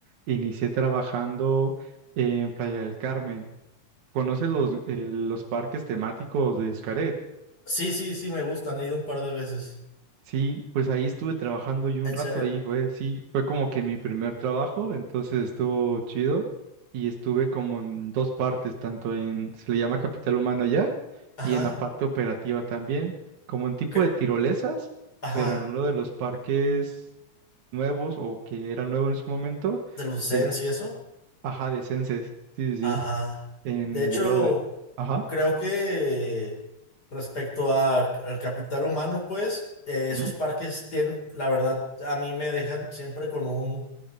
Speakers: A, on the right; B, on the left.
A: Inicié trabajando en Playa del Carmen. ¿Conoces los, eh, los parques temáticos de Xcaret?
B: Sí, sí, sí, me gustan. He ido un par de veces.
A: Sí, pues ahí estuve trabajando y un
B: ¿En
A: rato
B: serio?
A: ahí fue, sí, fue como que mi primer trabajo, entonces estuvo chido y estuve como en dos partes, tanto en, se le llama capital humano ya,
B: Ajá.
A: y en la parte operativa también, como en tipo
B: cre-
A: de tirolesas,
B: Ajá.
A: pero en uno de los parques nuevos o que era nuevo en su momento,
B: de Lucens
A: que,
B: y eso.
A: ajá, de Senses, sí, sí,
B: Ajá.
A: sí, en
B: De hecho,
A: vuelo de, ajá.
B: creo que respecto a- al capital humano, pues, eh, esos
A: ujú.
B: parques tienen, la verdad, a mí me dejan siempre con un,